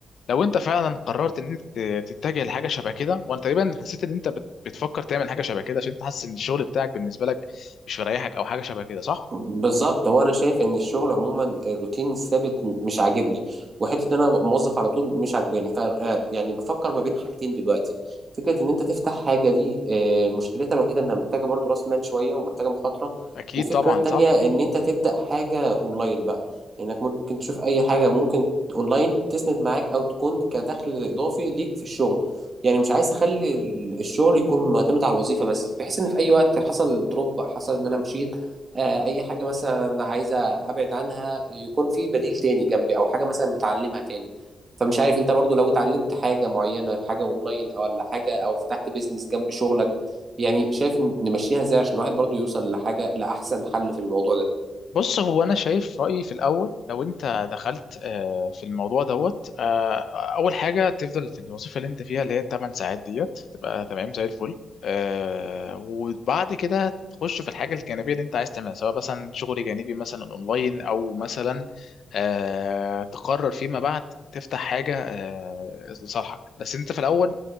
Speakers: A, on the left; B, on the right.
A: لو انت فعلا قررت ان انت تتجه لحاجه شبه كده وانا تقريبا حسيت ان انت بت- بتفكر تعمل حاجه شبه كده عشان انت حاسس ان الشغل بتاعك بالنسبه لك مش مريحك او حاجه شبه كده صح
B: بالظبط هو انا شايف ان الشغل عموما الروتين الثابت م- مش عاجبني وحته ان انا ابقى موظف على طول مش عاجباني ف آه، يعني بفكر ما بين حاجتين دلوقتي فكره ان انت تفتح حاجه دي آه، مشكلتها الوحيده انها محتاجه برضو راس مال شويه ومحتاجه مخاطره
A: اكيد
B: وفكره
A: طبعا
B: التانية
A: صح
B: ان انت تبدا حاجه اونلاين بقى انك ممكن تشوف اي حاجه ممكن اونلاين تسند معاك او تكون كدخل اضافي ليك في الشغل يعني مش عايز اخلي ال- الشغل يكون معتمد على الوظيفه بس بحيث ان في اي وقت حصل دروب حصل ان انا مشيت آه، اي حاجه مثلا عايزه ابعد عنها يكون في بديل تاني جنبي او حاجه مثلا بتعلمها تاني فمش عارف انت برضو لو اتعلمت حاجه معينه حاجه اونلاين او ولا حاجه او فتحت بيزنس جنب شغلك يعني شايف نمشيها ازاي عشان الواحد برضو يوصل لحاجه لاحسن حل في الموضوع ده
A: بص هو انا شايف رايي في الاول لو انت دخلت آه، في الموضوع دوت آه، اول حاجه تفضل في الوظيفه اللي انت فيها اللي هي 8 ساعات ديت تبقى تمام زي الفل آه، وبعد كده تخش في الحاجه الجانبيه اللي انت عايز تعملها سواء مثلا شغل جانبي مثلا اونلاين او مثلا آه، تقرر فيما بعد تفتح حاجه آه، لصالحك بس انت في الاول